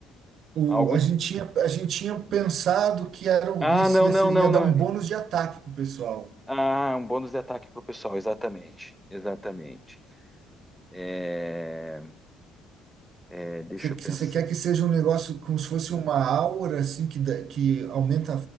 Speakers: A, on the right (about 55°); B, in the centre.
A: o,
B: Algo.
A: a gente tinha, a gente tinha pensado que era, o-
B: Ah,
A: ia,
B: não,
A: ia,
B: não,
A: se-
B: não,
A: ia dar
B: não.
A: um bônus de ataque pro pessoal.
B: Ah, um bônus de ataque para o pessoal, exatamente. Exatamente. É, é, deixa
A: Você,
B: eu
A: que-
B: pensar.
A: você quer que seja um negócio como se fosse uma aura, assim, que, dá- que aumenta